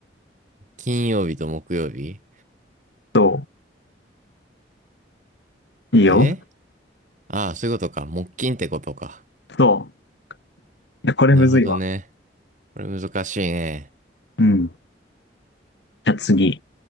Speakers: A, on the right (about 45°); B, on the left (about 75°).
A: 金曜日と木曜日
B: そう。いいよ。
A: えああ、そういうことか。木金ってことか。
B: そう。や、これむずいわ。
A: なるほどね。これ難しいね。
B: うん。じゃあ次、